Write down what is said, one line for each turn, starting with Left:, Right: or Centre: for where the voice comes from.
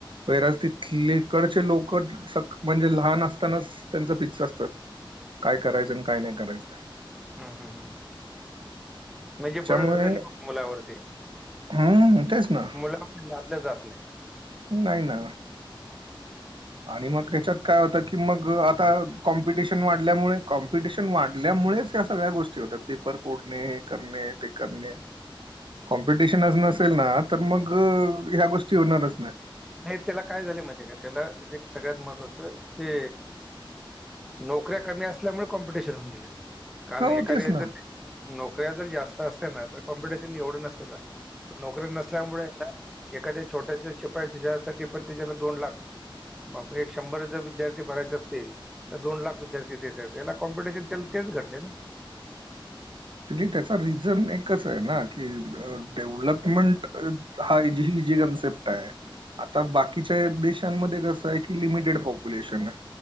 Right: पैराज तिथली कडचे लोक कच म्हणजे लहान असतानाच त्यांचा फिक्स असत. काय करायचंय अन् काय नाय करायचं.
Centre: हा हा हा म्हणजे
Right: त्याच्यामुळे
Centre: बळजबरी नको मुलांवरती.
Right: हम्म तेच ना.
Centre: आपल्या जात नाय.
Right: नाय ना. आणि मग ह्याच्यात काय होतं की मग आता कॉम्पिटिशन वाढल्यामुळे कॉम्पिटिशन वाढल्यामुळेच त्या सगळ्या गोष्टी होतात. पेपर फोडणे, हे करणे ते करणे. कॉम्पिटिशनच नसेल ना तर मग ह्या गोष्टी होणारच नाय.
Centre: नाय त्याला काय झालय माहिती आय का? त्याला जे सगळ्यात महत्त्वाचं ते नोकऱ्या कमी असल्यामुळे कॉम्पिटिशन होऊन गेलेय. कारण
Right: हो
Centre: एखाद्याच
Right: तेच ना
Centre: नोकऱ्या जर जास्त असत्या ना तर कॉम्पिटिशन एवढं नसतं झालं. पण नोकऱ्या नसल्यामुळे ना एखाद्या छोट्याच्या शिपासाठी पण त्याच्याला पण दोन लाख बापरे एक शंभर जर विद्यार्थी भरायचे असतील त्यात दोन लाख विद्यार्थी देत्यात त्याला कॉम्पिटिशन तेच घडले ना.
Right: ॲक्च्युली त्याचा रिझन एकच आय ना की डेव्हलपमेंट हाय जीली हीजी कनसेप्ट आय. आता बाकीच्या देशांमध्ये कसं आय की लिमिटेड पॉप्युलेशन आय.